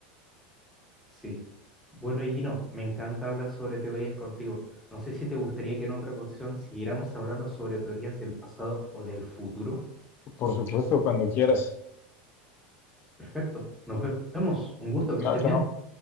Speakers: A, in the centre; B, on the left (about 45°).
A: Sí. Bueno, Gino, me encanta hablar sobre teorías contigo. No sé si te gustaría que en otra ocasión siguiéramos hablando sobre teorías del pasado o del futuro.
B: Por supuesto, cuando quieras.
A: Perfecto. Nos vemos. Un gusto, que
B: Chao,
A: estés
B: chao.
A: bien.